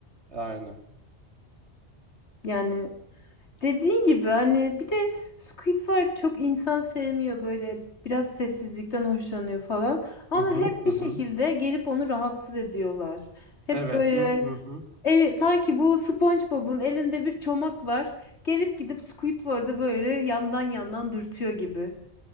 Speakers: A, on the right; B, on the left.
A: Aynen.
B: Yani dediğin gibi hani bir de Squidward çok insan sevmiyor böyle biraz sessizlikten hoşlanıyor falan ama
A: Hı hı
B: hep bir
A: hı
B: şekilde
A: hı.
B: gelip onu rahatsız ediyorlar. Hep
A: Evet.
B: böyle
A: Hı hı. hı.
B: e, sanki bu SpongeBob'un elinde bir çomak var gelip gidip Squidward'a böyle yandan yandan dürtüyor gibi.